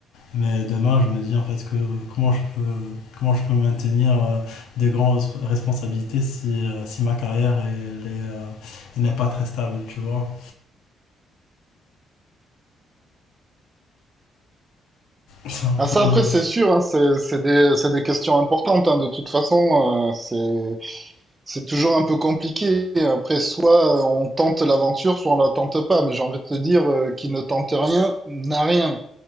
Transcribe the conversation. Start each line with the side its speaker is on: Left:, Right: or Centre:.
Left: Mais demain, je me dis en fait que comment je peux, comment je peux maintenir euh, des grandes res- responsabilités si, euh, si ma carrière elle est, euh, elle n'est pas très stable, tu vois. C'est un
Right: Ah, ça,
Left: peu...
Right: après, c'est sûr, hein, c'est c'est des, c'est des questions importantes, hein, de toute façon. euh, c'est C'est toujours un peu compliqué. Après, soit euh, on tente l'aventure, soit on la tente pas. Mais j'ai envie de te dire, euh, qui ne tente rien n'a rien.